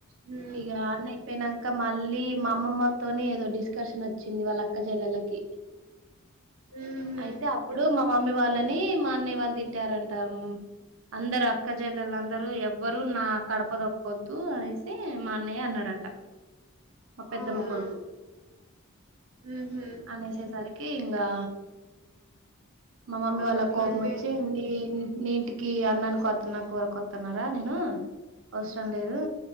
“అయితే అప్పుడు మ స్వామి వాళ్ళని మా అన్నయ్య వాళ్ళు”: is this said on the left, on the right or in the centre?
Right